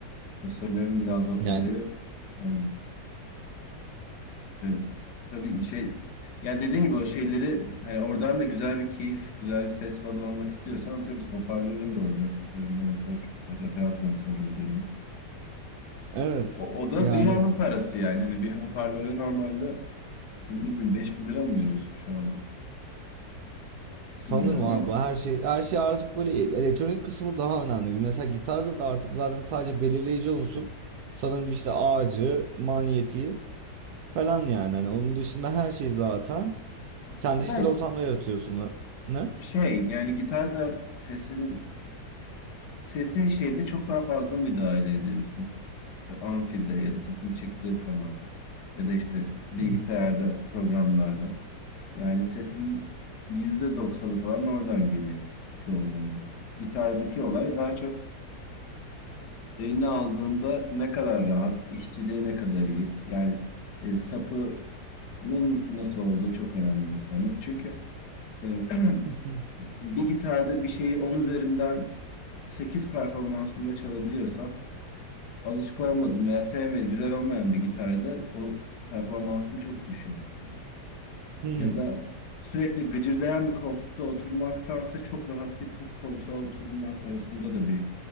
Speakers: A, on the left (about 70°); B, on the right (about 70°).
A: Söylerim biraz o
B: Yani
A: olayı. Aynen. Ee, tabii şey yani dediğin gibi o şeyleri yani oradan da güzel bir keyif, güzel bir ses falan almak istiyorsan atıyorum mesela hoparlörün de olacak. Ee, monitör, referans monitörleri deniyor.
B: evet
A: O, o da
B: yani
A: dünyanın parası yani. Hani bir hoparlöre normalde ne bileyim 5000 lira mı veriyorsun şu anda?
B: sanırım
A: Bilmiyorum
B: abi
A: ama.
B: bu her şey her şey artık böyle elektronik kısmı daha önemli. gibi. Mesela gitarda da artık zaten sadece belirleyici unsur sanırım işte ağacı, manyetiği falan yani. Hani onun dışında her şey zaten Sen dijital
A: Yani
B: ortamda yaratıyorsun. ha- Ne?
A: şey yani gitarda sesin sesi şeyde çok daha fazla müdahale ediyorsun. amfide ya da sesin çıktığı kanalda ya da işte bilgisayarda
B: Hmm.
A: programlarda yani sesin yüzde doksanı falan oradan geliyor çoğu zaman. Gitardaki olay daha çok eline aldığında ne kadar rahat, işçiliği ne kadar iyiyiz. Yani e, sapının nasıl olduğu çok önemli mesela. Nasıl? Çünkü e,
B: <laughs>
A: <clears throat> bir gitarda bir şeyi 10 üzerinden 8 performansında çalabiliyorsam alışık olmadım veya sevmediğim, güzel olmayan bir gitarda o performansım çok düşüyor mesela.
B: Hmm.
A: Ya da sürekli gıcırdayan bir koltukta oturmaktansa çok rahat bir puf koltuğa oturmak arasında da bir